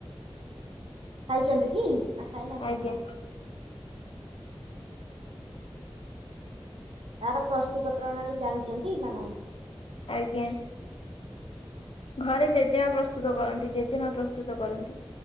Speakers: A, on the right; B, on the left.
A: ଖାଇଛନ୍ତି କି ନା ଖାଇନାହାନ୍ତି
B: ଆଜ୍ଞା
A: ଆପଣ? ତାର ପ୍ରସ୍ତୁତ ପ୍ରଣାଳୀ ଜାଣିଛନ୍ତି ନା ନାଇଁ।
B: ଆଜ୍ଞା, ଘରେ ଜେଜେମା ପ୍ରସ୍ତୁତ କରନ୍ତି ଜେଜେମା ପ୍ରସ୍ତୁତ କରନ୍ତି।